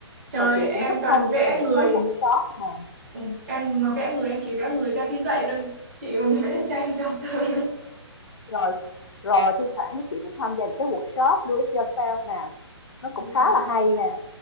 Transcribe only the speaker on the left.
rồi chị
cũng thích
tham
gia những
cái workshop nè
rồi rồi thi thoảng thì chị cũng tham gia những cái workshop do it yourself nè nó cũng
khá là hay nè